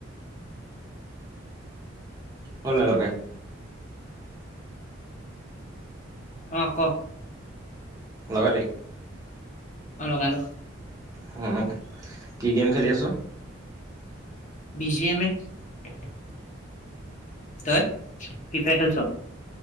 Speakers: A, on the right (about 20°); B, on the left (about 40°).
A: হ'ল নাই লগাই?
B: অ', ক।
A: লগালি।
B: অ' লগালোঁ।
A: হুম। কি গেম খেলি আছ?
B: বিজি এম আই তই ফ্ৰীফাইয়াৰ খেলিছ?